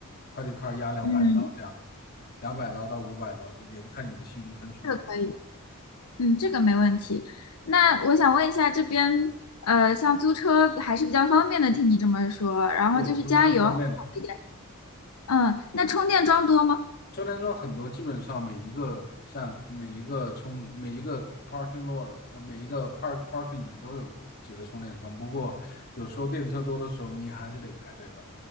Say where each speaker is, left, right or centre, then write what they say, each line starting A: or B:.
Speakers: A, on the left; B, on the left.
A: credit card 压两百刀这样子，
B: 嗯，
A: 两百刀到五百刀之间，看你的信用分数吧。
B: 这个可以，嗯，这个没问题。那我想问一下，这边呃，像租车还是比较方便的，听你这么说，然后就是加油。
A: 对，租车很方便的。
B: 好一点。嗯，那充电桩多吗？
A: 充电桩很多，基本上每一个像每一个充每一个 parking lot 不每一个 park parking 里面都有几个充电桩，不过有时候电车多的时候你还是得排队吧。